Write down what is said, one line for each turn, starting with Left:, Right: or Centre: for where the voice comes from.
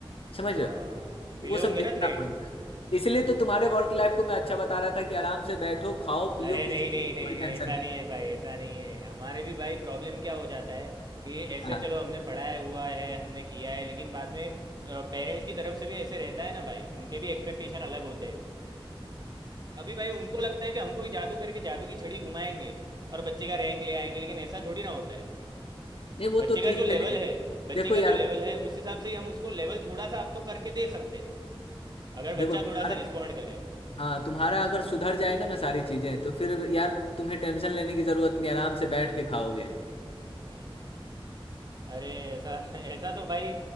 Left: समझ
Right: हाँ
Left: रहे हो? तो
Right: मिले
Left: वो सब
Right: होंगे
Left: झेलना
Right: ना थ्रेट
Left: पड़ता है इसलिए तो तुम्हारे वर्क लाइफ को मैं अच्छा बता रहा था कि आराम
Right: हाँ।
Left: से बैठो खाओ पियो
Right: अरे
Left: किसी
Right: नहीं
Left: चीज
Right: नहीं
Left: की
Right: नहीं
Left: कोई टेंशन
Right: नहीं ऐसा
Left: नहीं
Right: नहीं है भाई ऐसा नहीं है हमारे भी भाई प्रॉब्लम क्या हो जाता है कि ऐसे
Left: हाँ
Right: चलो हमने पढ़ाया हुआ है हमने किया है लेकिन बाद में पेरेंट्स की तरफ से भी ऐसे रहता है ना भाई उनके भी एक्सपेक्टेशन अलग होते हैं अभी भाई उनको लगता है कि हमको ही जादू करके जादू की छड़ी घुमाएंगे और बच्चे का रैंक ले आएंगे लेकिन ऐसा थोड़ी ना होता है
Left: नहीं वो
Right: बच्चे
Left: तो
Right: का
Left: ठीक
Right: जो लेवल
Left: है लेकिन
Right: है बच्चे
Left: देखो
Right: का
Left: यार
Right: जो लेवल है उस हिसाब से ही हम उसको लेवल थोड़ा सा आप तो करके दे सकते हैं अगर
Left: देखो
Right: बच्चा
Left: तुम्हारा
Right: थोड़ा सा रिस्पॉन्ड करे
Left: हाँ तुम्हारा अगर सुधर जाएगा ना सारी चीजें तो फिर यार तुम्हें टेंशन लेने की जरूरत नहीं आराम से बैठ के खाओगे
Right: हम्म हम्म हम्म। अरे ऐसा ऐसा तो भाई